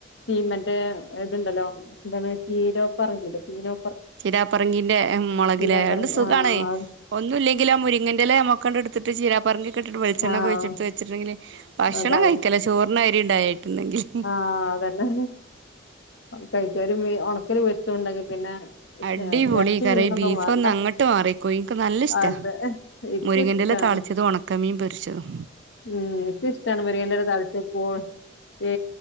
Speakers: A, on the left; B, on the right.
A: ചീമന്റെ ഇതുണ്ടല്ലോ എന്തത് ചീരൊ പറീലെത് ചീരൊ
B: ചിരാപ്പറങ്കിന്റെ മൊളകില
A: ചീരാപ്പറങ്കി
B: ന്ത്‌ സുഖാണ്
A: ആഹ്
B: ഒന്നുംല്ലെങ്കിലും ആ മുരിങ്ങന്റെല നമ്മക്കങ്ങണ്ട്ടു ത്തിട്ട് ചീരാ പറുങ്കി ഇട്ടിട്ട് വെളിച്ചെണ്ണ
A: ആഹ്
B: കുഴച്ചെടുത്ത് വെച്ചിട്ടെങ്കില് ഭക്ഷണം
A: അതാ
B: കഴിക്കല്ല ചോറിന് അരി ണ്ടായിട്ടുണ്ടെങ്കില്
A: ആഹ് അതന്നെ കഴിക്ക ഒരു ഒണക്കൽ പൊരിച്ചതും ഉണ്ടെങ്കി പിന്നെ
B: അടിപൊളി
A: ഇറച്ചി
B: കറി
A: മീനൊന്നും
B: ബീഫ്ന്ന്
A: വേണ്ട
B: അങ്ങട്ട് മാറിക്കും എൻക്ക് നല്ല ഇഷ്ടാ
A: അതെ ഇക്കും
B: മുരിങ്ങിന്റെല
A: ഇഷ്ടാണ്
B: താളിച്ചത് ഒണക്കമീൻ പൊ രിച്ചതും
A: ഉം എനിക്കിഷ്ടാണ് മുരിങ്ങേന്റല താളിച്ചത് ഏ